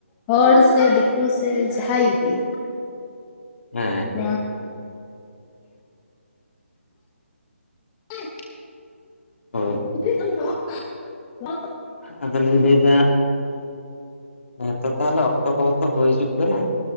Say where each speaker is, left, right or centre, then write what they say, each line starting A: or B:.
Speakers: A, on the left; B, on the left.
A: ᱦᱚᱲ ᱥᱮ ᱫᱤᱠᱩ ᱥᱮ ᱡᱟᱦᱟᱸᱭ ᱜᱤ
B: ᱦᱮᱸ,
A: ᱱᱚᱣᱟ, ᱦᱮᱸ <inaudible>
B: ᱦᱳᱭ,
A: <inaudible>
B: ᱟᱫᱚᱞᱤᱧ ᱞᱟᱹᱭᱫᱟ ᱦᱮᱸᱛᱚ ᱛᱟᱦᱞᱮ ᱚᱠᱛᱚ ᱠᱚᱦᱚᱸ ᱛᱚ ᱦᱳᱭ ᱦᱤᱡᱩᱜ ᱠᱟᱱᱟ,